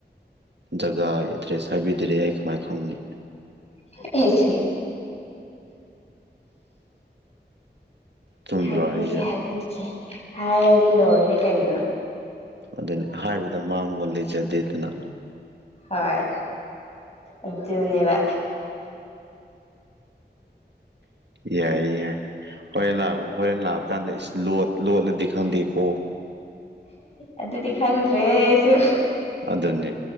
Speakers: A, on the right; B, on the left.
A: ꯖꯒꯥ ꯗ꯭ꯔꯦꯁ ꯍꯥꯏꯕꯤꯗ꯭ꯔ‌ꯦ ꯑꯩ ꯀꯃꯥꯏ ꯈꯪꯅꯤ
B: <unintelligible>
A: ꯆꯨꯝꯗ꯭ꯔꯣ
B: ꯍꯥꯏꯕꯤꯒꯦ
A: ꯑꯩꯁꯦ
B: ꯍꯥꯏꯕꯤꯒꯦ ꯍꯥꯏꯔꯗꯤ ꯂꯣꯏꯔꯦ ꯀꯩꯅꯣ
A: ꯑꯗꯨꯅꯤ ꯍꯥꯏꯕꯗ ꯃꯥꯡꯕ ꯂꯩꯖꯗꯦꯗꯅ
B: ꯍꯣꯏ ꯑꯗꯨꯅꯤꯕ <inaudible>
A: ꯌꯥꯏ ꯌꯥꯏ ꯍꯣꯔꯦꯟ ꯂꯥꯛ ꯍꯣꯔꯦꯟ ꯂꯥꯛꯑ ꯀꯥꯟꯗ ꯂ ꯂꯣꯠꯂꯗꯤ ꯈꯪꯗꯦꯀꯣ
B: ꯑꯗꯨꯗꯤ ꯈꯪꯗ꯭ꯔꯦ ꯑꯩꯁꯨ
A: ꯑꯗꯨꯅꯤ